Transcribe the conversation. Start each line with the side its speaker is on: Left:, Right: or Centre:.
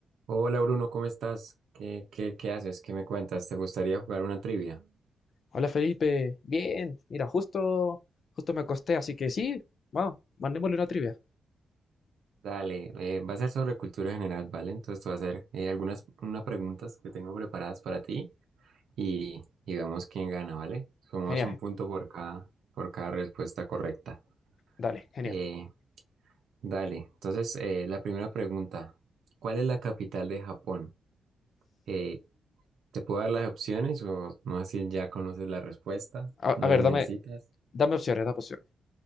Right: Hola Bruno, ¿cómo estás? ¿Qué, qué, qué haces? ¿Qué me cuentas? ¿Te gustaría jugar una trivia?
Left: Hola Felipe, bien, mira, justo, justo me acosté, así que sí, vamos, mandémosle una trivia.
Right: Dale, eh, va a ser sobre cultura general, ¿vale? Entonces te voy a hacer eh, algunas unas preguntas que tengo preparadas para ti y, y vemos quién gana, ¿vale? Sumamos
Left: Genial,
Right: un punto por cada, por cada respuesta correcta.
Left: dale, genial.
Right: Eh, dale, entonces eh, la primera pregunta, ¿cuál es la capital de Japón? Eh, ¿te puedo dar las opciones o no así ya conoces la respuesta?
Left: A,
Right: ¿No
Left: a
Right: la
Left: ver,
Right: necesitas?
Left: dame, dame opciones, dame opciones,